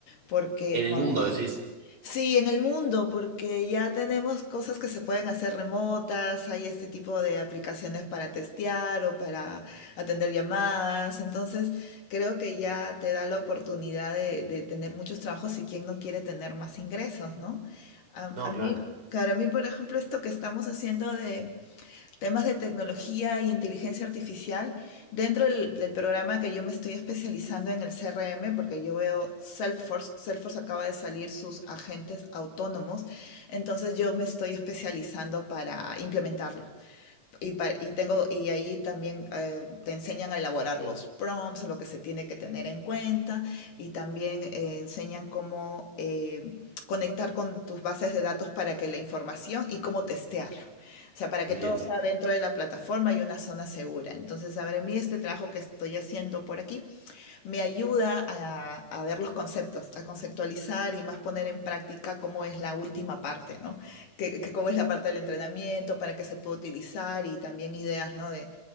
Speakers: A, on the left (about 65°); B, on the right (about 25°).
A: Porque
B: En
A: con...
B: el mundo decís.
A: Sí, en el mundo, porque ya tenemos cosas que se pueden hacer remotas, hay este tipo de aplicaciones para testear o para atender llamadas, entonces creo que ya te da la oportunidad de, de tener muchos trabajos y quien no quiere tener más ingresos, ¿no? A,
B: No,
A: a
B: claro,
A: mí, claro, a mí, por ejemplo, esto que estamos haciendo de temas de tecnología y inteligencia artificial dentro del, del programa que yo me estoy especializando en el CRM, porque yo veo Salesforce, Salesforce acaba de salir sus agentes autónomos, entonces yo me estoy especializando para implementarlo. Y, y tengo, y ahí también eh, te enseñan a elaborar los prompts, lo que se tiene que tener en cuenta, y también eh, enseñan cómo eh, conectar con tus bases de datos para que la información y cómo testearlo. O sea, para
B: entiendo.
A: que todo sea dentro de la plataforma y una zona segura. Entonces, a ver, a mí este trabajo que estoy haciendo por aquí me ayuda a, a, ver los conceptos, a conceptualizar y más poner en práctica cómo es la última parte, ¿no? Que, que cómo es la parte del entrenamiento, para qué se puede utilizar y también ideas, ¿no? De,